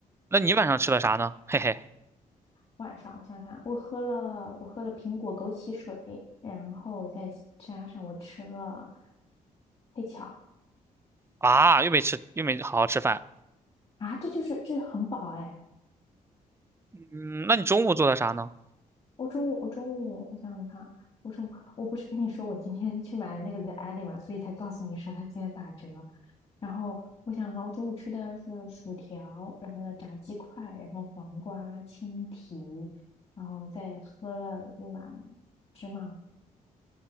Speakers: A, on the right; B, on the left.
A: 那你晚上吃了啥呢？嘿嘿。
B: 晚上，我想想看，我喝了我喝了苹果枸杞水，然后再加上我吃了黑巧
A: 啊，又没吃，又没好好吃饭。
B: 啊，这就是这很饱哎。
A: 嗯，那你中午做的啥呢？
B: 我中午我中午我想想看，我中午我不是跟你说我今天去买了那个 The Alley 嘛，所以才告诉你说它今天打折。然后我想想看，我中午吃的是薯条，然后呢炸鸡块，然后黄瓜、青提，然后再喝了一碗芝麻，